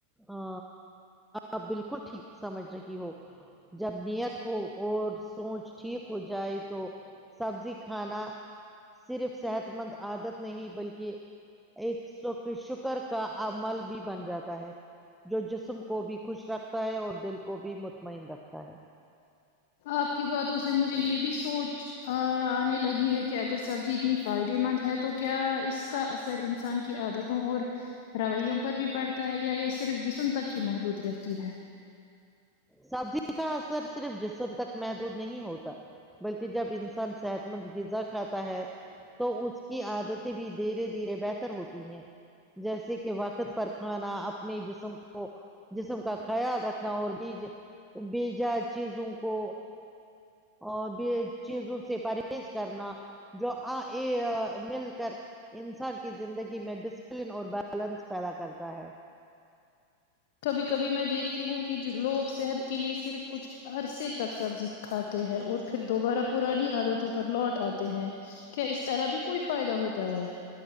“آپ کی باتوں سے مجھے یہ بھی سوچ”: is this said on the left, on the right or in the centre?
Left